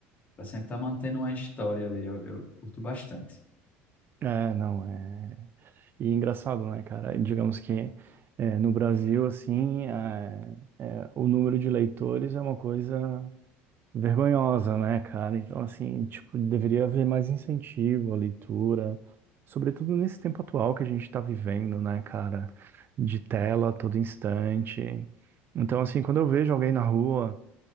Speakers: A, on the left; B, on the right.
A: Pra sempre estar mantendo uma história ali. Eu, eu curto bastante.
B: É, não, é. E é engraçado, né, cara? Digamos que eh, no Brasil, assim, eh, eh, o número de leitores é uma coisa vergonhosa, né, cara? Então, assim, tipo, deveria haver mais incentivo à leitura, sobretudo nesse tempo atual que a gente tá vivendo, né, cara? De tela a todo instante. Então, assim, quando eu vejo alguém na rua